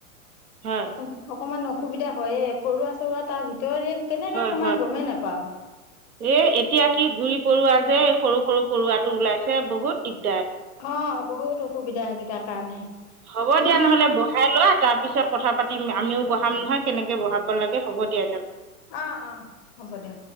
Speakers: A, on the right (about 80°); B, on the left (about 30°).
A: হয়
B: অ অকমান অসুবিধা হয়য়ে পৰুৱা চৰোৱা তাৰ ভিতৰত তই এই কেনেকে
A: হয়
B: সোমাই
A: হয়
B: গমেই নাপাও।
A: এই এতিয়া কি গুৰি পৰুৱা যে সৰু সৰু পৰুৱাটো ওলাইছে বহুত দিগদ
B: অ বহুত অসুবিধা হয় সেইটাৰ কাৰণে।
A: হ'ব
B: ইমান
A: দিয়া নহলে বহাই লোৱা তাৰ পিছত কথা পাতি আমিও বঢ়াম নহয় কেনেকে বহাব লাগ হব দিয়া এহত
B: অ অ হ'ব দিয়া